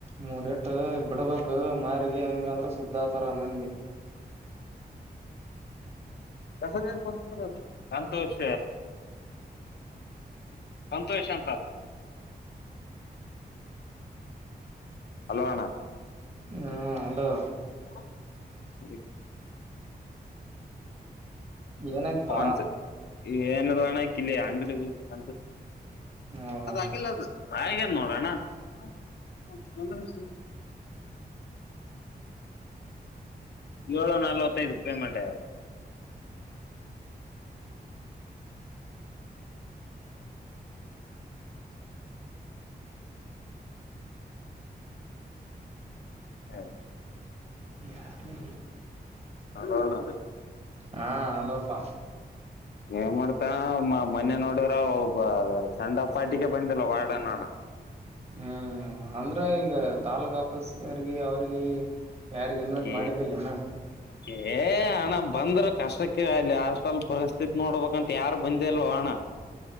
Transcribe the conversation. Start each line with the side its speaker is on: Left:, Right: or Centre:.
Right: ಮೂರೇಟ್ ಬಿಡ್ಬೇಕಕ್ ಮಾರಗಿ ಹಂಗಂದ್ರ ಸುದ್ದಾತರ ಮಂದಿ
Left: ಕಸರಿನು ಪ ಸಂತೋಷ ಸಂತೋಷ ಅಂತ ಹಲೋ ಅಣ್ಣ
Right: ಹ್ಮ್ ಹಲೋ
Left: ಹ ಸರಿ
Right: ಏನಾಯ್ತಾ
Left: ನ್ಸ ಏನ ಅಂಗಡಿಂತ
Right: ಹೌದಾ
Left: ಹಾಗ ನೋಡೋಣ ಹ ಹ ಬಂದಷ ಏಳು ನಲ್ವತ್ತೈದ ಪೇಮೆಂಟ್ ಹೌ
Right: ಯಡೆ
Left: ಹಲೋ ಅಣ್ಣ
Right: ಹಾ ಹಲೋಪ್ಪಾ
Left: ಏನ್ ಮಾಡ್ತಾ ಮೊನ್ ನೋಡ್ ಮಾಡಡಿದ್ರ ಒಬ್ಬ ಸೆಂಡ್ ಅಪ್ ಪಾಟಿಗೆ ಬಂದಿಲ್ಲ ವಾರ್ಡ ನೋಣ
Right: ಹ್ಮ್ ಅಂದ್ರ ಈಗ ತಾಲೂಕ್ ಆಫೀಸ್ರ್ಗ ಅವ್ರಗ ಯಾರಿಗ ಇನ್ವೆಟ್
Left: ಈ
Right: ಮಾಡಿದ್ದಿಲ್ಲನಾ
Left: ಏ ಹಣ ಬಂದ್ರ ಕಷ್ಟಕ್ಕೆ ಅಲ್ಲಿ ಹಾಸ್ಟೆಲ್ ಪರಿಸ್ಥಿತಿ ನೋಡ್ಬೇಕಂತ ಯಾರು ಬಂದಿಲ್ವೋ ಹಣ